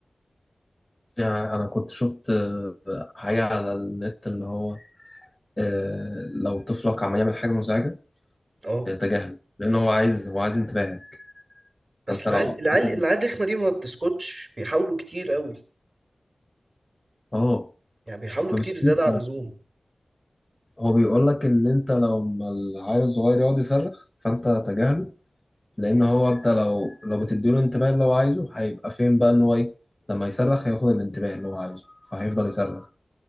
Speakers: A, on the left; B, on the right.
A: يعني انا كنت شفت آه، حاجة على النت اللي هو آه، لو طفلك عمال يعمل حاجة مزعجة
B: <laughs> اه
A: آه، تجاهله لان هو عايز هو عايز انتباهك
B: بس
A: فانت
B: العيال
A: لو قعدت-
B: العيال العيال الرخمه دي ما بتسكتش بيحاولوا كتير قوي
A: اه
B: يعني بيحاولوا
A: ما
B: كتير
A: بتسكتش
B: زياده عن اللزوم
A: هو بيقول لك ان انت لو ما العيل الصغير يقعد يصرخ فانت تجاهله لان هو انت لو لو بتديله الانتباه اللي هو عايزه هيبقى فين بقى ان هو ايه لما يصرخ هياخد الانتباه اللي هو عايزه فهيفضل يصرخ